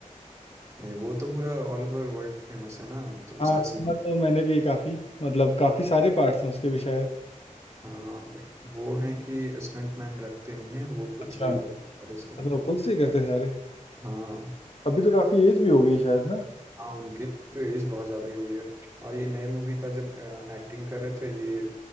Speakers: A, on the right; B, on the left.
A: नहीं वो तो पूरा ऑल ओवर वर्ल्ड फेमस है ना तो उसका
B: हाँ सुना
A: सीक्वल
B: तो मैंने भी काफ़ी मतलब काफ़ी सारे पार्ट्स हैं उसके भी शायद
A: हाँ और वो है कि स्टंट मैन रखते नहीं है तो वो खुद
B: अच्छा
A: से ही करते हैं सारे स्टंट
B: मतलब खुद से करते सारे
A: हाँ
B: अभी तो काफ़ी एज भी हो गई शायद ना
A: हाँ उनकी तो एज बहुत ज़्यादा ही हो गई है और ये नए मूवी का जब एक्टिंग कर रहे थे ये